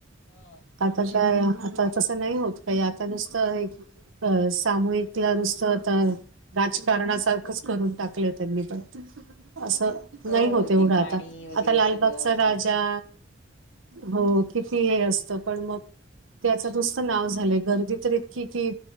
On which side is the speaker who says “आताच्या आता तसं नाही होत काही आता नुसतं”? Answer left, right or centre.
Right